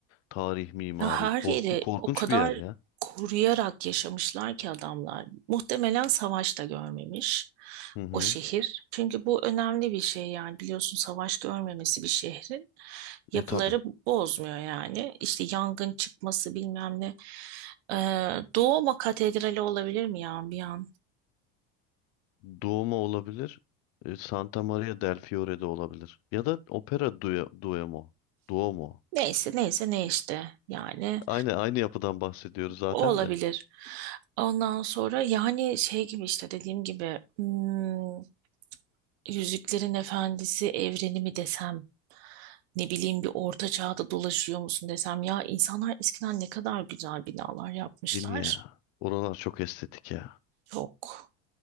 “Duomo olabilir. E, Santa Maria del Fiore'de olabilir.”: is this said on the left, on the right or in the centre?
Left